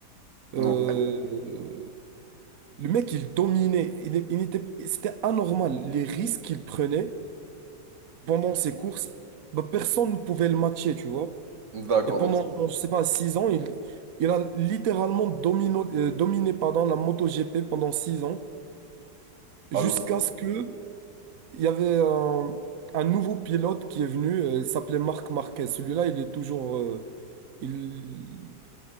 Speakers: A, on the right; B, on the right.
A: Euh,
B: Non.
A: euh, le mec, il dominait. Il, est- il était, c'était anormal. Les risques qu'il prenait pendant ses courses, bah, personne ne pouvait le matcher, tu vois.
B: D'accord,
A: Et pendant,
B: donc...
A: je sais pas, six ans, il, il a littéralement domino- euh, dominé pardon, la MotoGP pendant six ans,
B: Allô?
A: jusqu'à ce que Il y avait un, un nouveau pilote qui est venu, euh, il s'appelait Marc Marquez. Celui-là, il est toujours, euh, il,